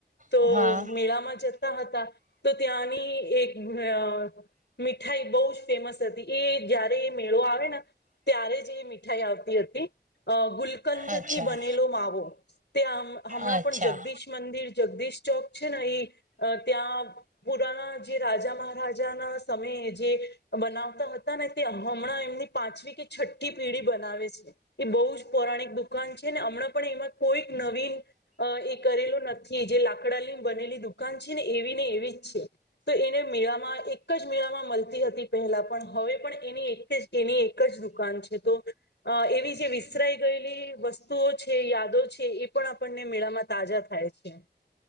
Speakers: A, on the left; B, on the right.
A: તો
B: હા
A: મેળામાં જતા હતા, તો ત્યાંની કે એક અહ મીઠાઈ બહું જ ફેમસ હતી. એ જ્યારે એ મેળો આવેન ના ત્યારે મીઠાઈ આવતી હતી. અહ ગુલ કંદથી
B: અચ્છા
A: બનેલો માવો. તે આમ હમણાં
B: અચ્છા
A: પણ જગદીશ મંદિર જગદીશ ચોક છે ને, ઈ ત્યાં પુરાના જે રાજા મહારાજા ના સમયે જે બનાવતા હતા ને તે હમણાં એમની પાંચવી કે છઠ્ઠી પેઢી બનાવે છે. એ બહુ જ પૌરાણિક દુકાન છે ને હમણાં પણ એમાં કોઈક નવીન અહ એ કરેલો નથી જે લાકડાની બનેલી દુકાન છે ને એવી ને એવી જ છે. તો એને મેળામાં એક જ મેળામાં મલતી હતી પહેલા, પણ હવે પણ એની એક જ એની એક જ દુકાન છે તો એવી જે વિસરાઈ ગયેલી વસ્તુઓ છે યાદો છે એ પણ આપણને મેળામાં તાજા થાય છે.